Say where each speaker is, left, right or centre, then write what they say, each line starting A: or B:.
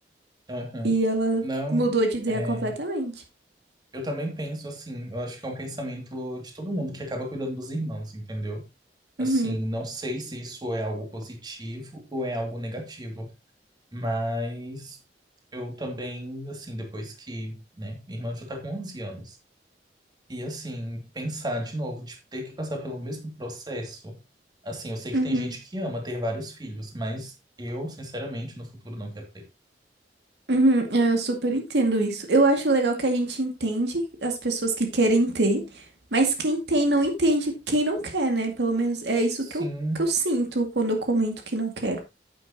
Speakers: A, on the right; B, on the right.
A: aham.
B: E ela
A: Não,
B: mudou de ideia
A: é.
B: completamente.
A: Eu também penso assim, eu acho que é um pensamento de todo mundo que acaba cuidando dos irmãos, entendeu? Assim,
B: Uhum,
A: não sei se isso é algo positivo ou é algo negativo, mas eu também, assim, depois que, né, minha irmã já tá com 11 anos, e assim, pensar de novo, de ter que passar pelo mesmo processo, assim, eu sei que
B: uhum,
A: tem gente que ama ter vários filhos, mas eu, sinceramente, no futuro não quero ter.
B: uhum. Eu super entendo isso. Eu acho legal que a gente entende as pessoas que querem ter, mas quem tem não entende quem não quer, né? Pelo menos é isso
A: Sim,
B: que eu, que eu sinto quando eu comento que não quero.